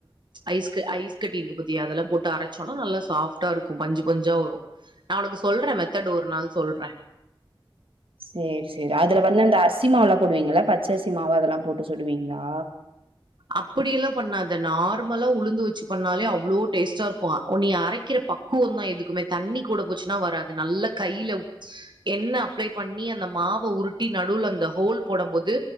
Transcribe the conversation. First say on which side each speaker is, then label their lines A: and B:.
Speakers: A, on the right; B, on the right.
A: ஐஸ்கு ஐஸ் கட்டி ருக்கு பாத்தியா அதெல்லா போட்டு அரைச்சோன்னா நல்லா சாஃப்டா ருக்கு பஞ்சு பஞ்சா வரு நா ஒனக்கு சொல்ற மெத்தட் ஒரு நாள் சொல்ற
B: செர் செரி அதுல வந்து அந்த அரிசி மாவுல்லா போடுவீங்களா பச்சரிசி மாவு அதெல்லா போட்டு சுடுவீங்களா
A: அப்டியெல்லா பண்ணாத நார்மலா உளுந்து வச்சு பண்ணாலே அவ்ளோ டேஸ்ட்டா ருக்கு நீ அரைக் கிற பக்குவோ தா எதுக்குமே தண்ணி கூட போச்சுன்னா வராது நல்ல கைல எண்ண அப்ளை பண்ணி அந்த மாவ உருட்டி நடுல அந்த ஹோல் போடம் போது